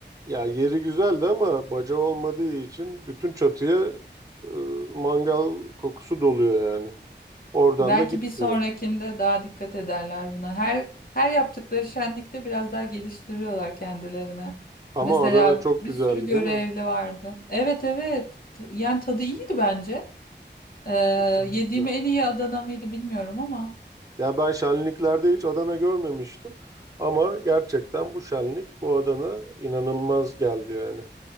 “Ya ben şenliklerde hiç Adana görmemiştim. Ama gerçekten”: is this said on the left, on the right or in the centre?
Right